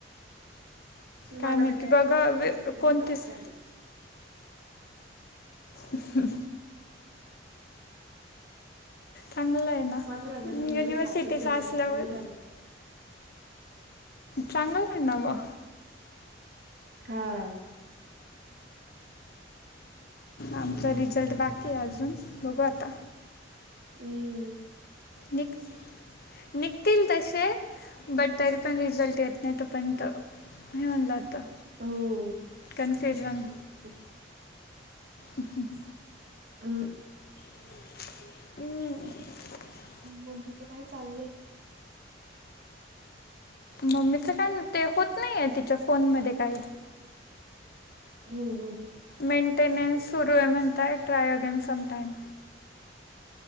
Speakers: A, on the left; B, on the right.
A: काय
B: मला
A: माहिती
B: तर गॅरंटी
A: बघा
B: पण
A: वे
B: नव्हती, तरी
A: कोणतेच
B: मी पास झाले.
A: अहम चांगलय ना.
B: पंधरा जणांमधून
A: युनिव्हर्सिटीचा
B: पाचचं जण
A: असल्यावर
B: निघाले.
A: चांगलचं हाय, ना म.
B: हा.
A: आमचा रिझल्ट बाकी आहे, अजून बघू आता
B: हम्म!
A: निघ निघतील तसे बट तरी पण, रिझल्ट येत नाही तो पर्यंत होऊन जातं.
B: हो.
A: कनफ्यूजन
B: हम्.
A: हक.
B: हम.
A: हम्.
B: मम्मीच काही चाललय.
A: मम्मीचं काय ते होत नाही आहे तिच्या फोनमध्ये काही
B: हम् हम्म.
A: मेंटेनंस सुरू आहे म्हणतता ट्रायोगेन समटाम.